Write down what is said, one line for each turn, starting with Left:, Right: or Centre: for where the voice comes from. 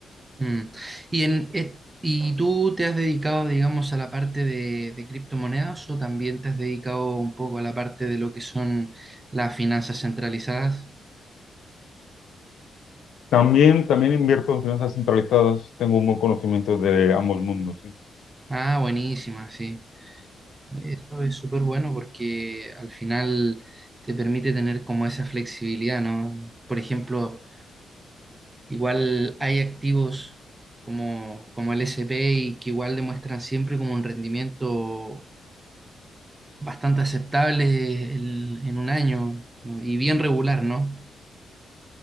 Right: Mm. ¿Y, en, eh, y tú te has dedicado, digamos, a la parte de, de criptomonedas o también te has dedicado un poco a la parte de lo que son las finanzas centralizadas?
Left: También, también invierto en finanzas centralizadas, tengo un buen conocimiento de ambos mundos, sí.
Right: Ah, buenísima, sí. Eso es súper bueno porque al final te permite tener como esa flexibilidad, ¿no? Por ejemplo, igual hay activos como, como el S&P y que igual demuestran siempre como un rendimiento bastante aceptable el- en un año ¿no? y bien regular, ¿no?